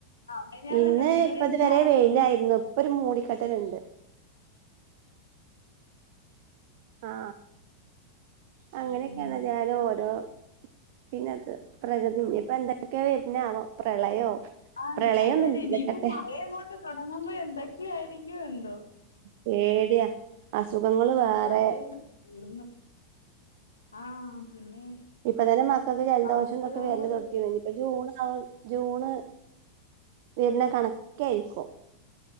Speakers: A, on the left (about 75°); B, on the right (about 50°).
A: മിനിഞ്ഞാന്ന്
B: ഇന്ന്
A: നല്ല മഴ ഇന്നലെ
B: ഇപ്പ ഇതുവരെ
A: എന്ത് ആവി
B: വെയിലാരുന്നു. ഇപ്പൊ ഒരു മൂടിക്കെട്ടലുണ്ട്. ആഹ്,
A: ഉം
B: അങ്ങനെയെക്കെയാണ് ഞാനും ഓരോ. പിന്നത് പ്രകൃതി ഇനിയിപ്പ എന്തൊക്കെയാ വെരുന്നാവോ പ്രളയോ.
A: ആഹ്
B: പ്രളയൊന്നുല്ല
A: അതെ അതെ ഇനിയിപ്പോ
B: ഇതൊക്കട്ടെ
A: മഴ അങ്ങോട്ട് തൊടങ്ങുമ്പോ എന്തൊക്കെയാരിക്കും എന്തോ.
B: പേടിയാ അസുഖങ്ങള്- വേറെ
A: <unintelligible> തീർന്നു ആഹ് പിന്നെ.
B: ഇപ്പ തന്നെ മക്കക്ക് ജലദോഷെന്നെക്കെ
A: അസുഖങ്ങള്
B: വെരല് തൊടങ്ങിയതാ ഇനിപ്പഴ്. ജൂണ് ഏഹ് ജൂണ്, വെരുന്ന കണക്ക് ആരിക്കും.